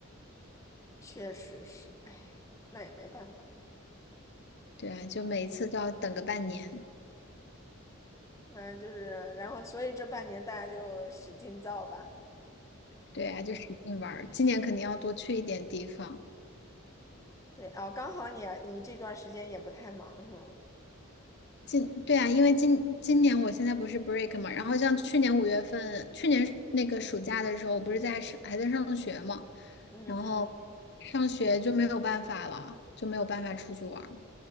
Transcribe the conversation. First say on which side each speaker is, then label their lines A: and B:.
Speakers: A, on the left; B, on the left.
A: 确实是，哎，那也没办法，
B: 对啊，就每一次都要等个半年。
A: 那就是，然后所以这半年大家就使劲造吧。
B: 对啊，就使劲玩儿。今年肯定要多去一点地方。
A: 对哦，刚好你你这段时间也不太忙是吗？
B: 今对啊，因为今今年我现在不是 break 嘛，然后像去年五月份，去年那个暑假的时候，我不是在是还在上学嘛，
A: 嗯嗯，
B: 然后上学就没有办法了，就没有办法出去玩儿